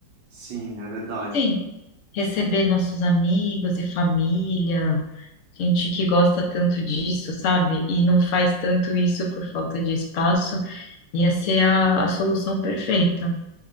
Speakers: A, on the right; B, on the left.
A: Sim, é verdade.
B: Sim, receber nossos amigos e família, gente que gosta tanto disso, sabe? E não faz tanto isso por falta de espaço, ia ser a, a solução perfeita.